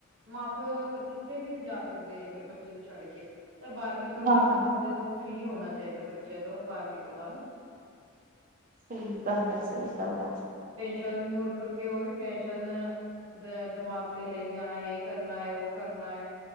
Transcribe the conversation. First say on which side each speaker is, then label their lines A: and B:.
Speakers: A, on the right; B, on the right.
A: -ਮਾਂ ਪ- ਉਦ ਤੱਕ ਕਿੱਥੇ ਵੀ ਨੀ ਜਾ ਸਕਦੇ ਸਕਦੇ ਬੱਚੇ ਨੂੰ ਛੱਡ ਕੇ ਤੇ ਬਾਰਵੀਂ ਤੋਂ ਬਾਅਦ
B: ਹਾਂ
A: ਤਾਂ ਬੰਦੇ ਨੂੰ ਫ੍ਰੀ ਹੋਣਾ ਚਾਈਦਾ ਬਚ ਜਦੋਂ ਬਾਰਵੀਂ ਤੋਂ ਬਾਦ।
B: ਸਈ ਗੱਲ ਐ। ਸਈ ਗੱਲ ਐ।
A: ਚਲ ਮੂਰ ਕਰਕੇ ਓਈ ਪੇ- ਟੈਸ਼ਨ ਦਿਮਾਗ ਤੇ ਲਈ ਜਾਣਾ ਏ ਕਰਨਾ, ਏ ਓ ਕਰਨਾ ਏ।